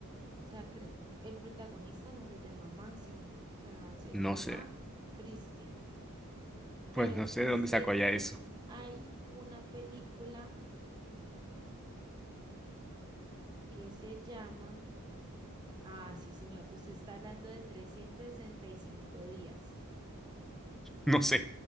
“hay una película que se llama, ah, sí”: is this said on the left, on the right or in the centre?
Right